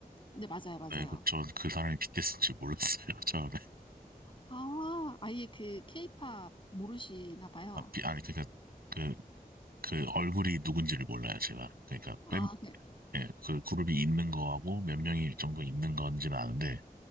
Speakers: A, on the left (about 35°); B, on the right (about 75°).
A: 네, 맞아요, 맞아요.
B: 네, 그, 전그 사람이 BTS인 지 몰랐어요. <laughs> 처음에.
A: 아, 아예 그 케이팝 모르시나 봐요.
B: 아, 비, 아니, 그러니까 그, 그 얼굴이 누군지를 몰라요. 제가. 그러니까
A: 아,
B: 밴,
A: 네.
B: 예, 그 그룹이 있는 거하고 몇 명이 정도 있는 건지는 아는데